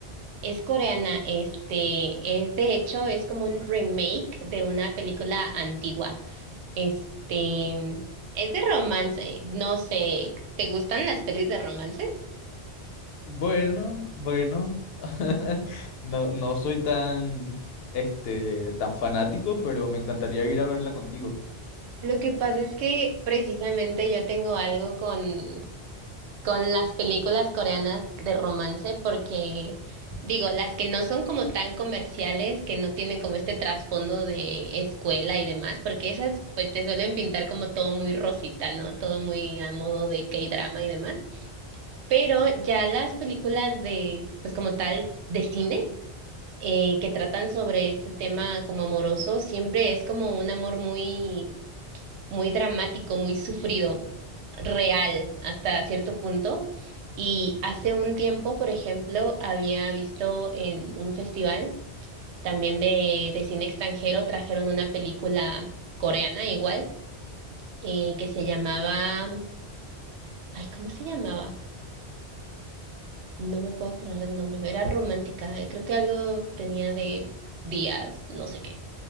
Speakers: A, on the right; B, on the left.
A: Es coreana, este, es de hecho, es como un remake de una película antigua. Este, es de romance, no sé, ¿te gustan las pelis de romance?
B: Bueno, bueno, <laughs> no, no soy tan, este, tan fanático, pero me encantaría ir a verla contigo.
A: Lo que pasa es que precisamente yo tengo algo con con las películas coreanas de romance porque, digo, las que no son como tan comerciales, que no tienen como este trasfondo de escuela y demás, porque esas pues te suelen pintar como todo muy rosita, ¿no? Todo muy a modo de K-drama y demás. Pero ya las películas de, pues como tal, de cine, eh, que tratan sobre este tema como amoroso, siempre es como un amor muy muy dramático, muy sufrido, real hasta cierto punto. Y hace un tiempo, por ejemplo, había visto en un festival también de, de cine extranjero, trajeron una película coreana igual, eh, que se llamaba, ay, ¿cómo se llamaba? No me puedo acordar el nombre, era romántica, eh, creo que algo tenía de días, no sé qué,